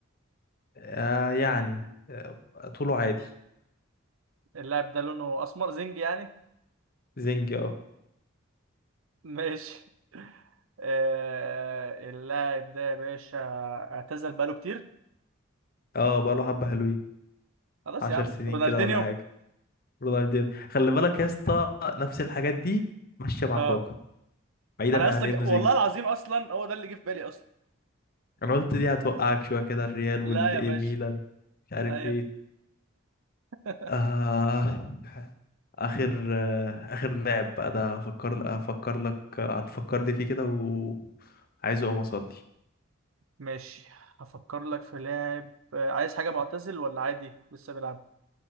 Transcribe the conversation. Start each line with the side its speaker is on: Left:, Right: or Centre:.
Left: آه يعني آه طوله عادي
Right: اللاعب ده لونه اسمر زنج يعني
Left: زنجي اه
Right: <laughs> ماشي آه اللاعب ده يا باشا اعتزل بقاله كتير
Left: اه بقاله حبة حلوين
Right: خلاص
Left: عشر
Right: يا عم
Left: سنين
Right: رونالدينيو
Left: كده ولا حاجة رونالدينho خلي بالك يا اسطى نفس الحاجات دي ماشية مع
Right: اه
Left: كوكا بعيدا
Right: انا اصلا
Left: عن انه
Right: جه- والله
Left: زنجي
Right: العظيم اصلا هو ده اللي جه في بالي اصلا
Left: انا قلت دي هتوقعك شوية كده الريال والاي
Right: لا يا باشا
Left: ميلان مش عارف
Right: ايوه
Left: ايه
Right: <laughs>
Left: آه آخر آه آخر لاعب بقى ده أفكر أفكر لك هتفكرني فيه كده وعايز أقوم أصلي
Right: ماشي هفكر لك في لاعب آه، عايز حاجة معتزل ولا عادي لسه بيلعب